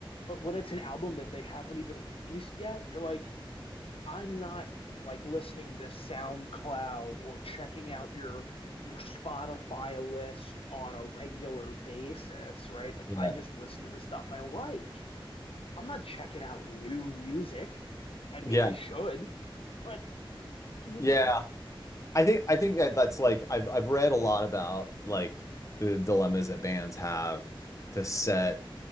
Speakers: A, on the left; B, on the left.
A: but when it's an album that they haven't even released yet, you're like, I'm not like listening to SoundCloud or checking out your your Spotify list on a regular basis, right? Like
B: Yeah.
A: I just listen to the stuff I like. I'm not checking out new music. I mean,
B: Yeah.
A: I should, but you,
B: Yeah. I think I think that that's like I've I've read a lot about like the dilemmas that bands have to set